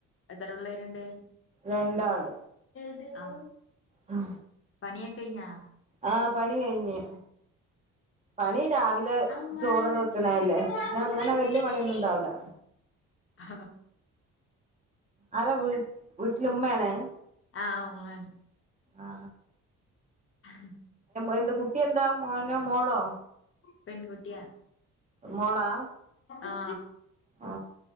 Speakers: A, on the left (about 45°); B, on the right (about 25°).
A: എത്രപിള്ളേരുണ്ട്
B: രണ്ടാള്
A: ആ
B: ആ
A: പണിയൊക്കെ കഴിഞ്ഞോക
B: ആ പണി കഴിഞ്ഞ് പണി രാവ രാവിലെ
A: അമ്മ
B: ചോറോട് വെക്കണല്ലേ
A: എടി എന്റെ മോളെ
B: പിന്നെ
A: കുപ്പി
B: അങ്ങനെ
A: എടുത്തേക്ക്.
B: വല്യ പണിയൊന്നും ഇണ്ടാവുല
A: ആ
B: ആരാ വീ വീട്ടില ഉമ്മയാണ്
A: ആഹ് ഉമ്മയാണ്
B: ആ
A: ആ
B: എന്ത് കുട്ടി എന്താ മോനോ മോളോ
A: പെൺകുട്ടിയ
B: മോള
A: ആ
B: ആ